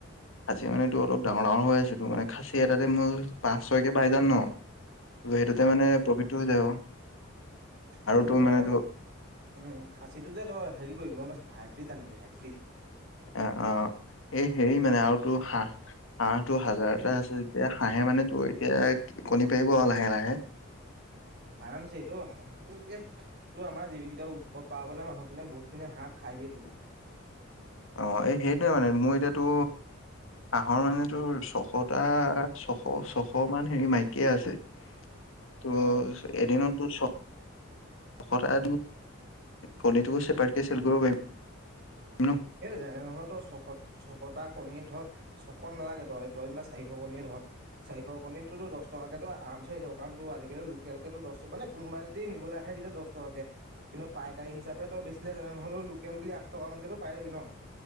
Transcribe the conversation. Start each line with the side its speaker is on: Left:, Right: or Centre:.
Left: খাচী মানে তটো অলপ ডাঙৰ ডাঙৰ হৈ আছে তো মানে খাচী এটাতে মই পাঁচ ছয়কে পাই যাম ন। ত সেইটোতে মানে প্ৰফিটটো হৈ যায় আৰু।
Right: সেইটোতো
Left: তোৰ মানে
Right: আকৌ
Left: তোৰ
Right: উম খাচীটো যে তই হেৰি কৰিবি তাৰ পাছত হাইব্ৰীড আনিবি হাইব্ৰীড
Left: অ', অ এই হেৰি মানে আৰু তো হাঁহ হাঁহটো হাজাৰটা আছে যেতিয়া হাঁহে মানে তোৰ এতিয়া কণী পাৰিব আৰু লাহে লাহে। <inaudible>
Right: আৰামছে এইটো আহ সটো দিয়ে, ত আমাৰি এতিয়া উৎসৱ পাৰ্বণে মানুহখিনিয়ে বহুতখিনি হাঁহ খাই দিয়ে তো।
Left: অ এই সেইটোয়ে মানে মোৰ এতিয়াতো, হাঁহৰ মানে তো ছশটা ছশ ছশ মান হেৰি মাইকীয়ে আছে। ত
Right: অ',
Left: এদিনতো চব <unintelligible> কণীটো ছেপাৰেট চেল কৰিব পাৰিম। ন?
Right: সেইটো জাননে ধ ত ছশ ছশতা কণী ধৰ, ছশ নালাগে তই তই যেনিবা চাৰিশ কণী ধৰ চাৰিশ কণী তোৰতো দচ টকাকে আৰামচে হৈ যাব। আজিকালি লোকেলকেতো দচ মানে কোনোবাই যদি নিবলৈ আহে তেতিয়া দচ টকাকে। কিন্তু পাইকাৰী হিচাপে তই বেছিলে তেনেহ'লে লোকেল বুলি আঠ টকা মানকেতো পাই যাবি ন।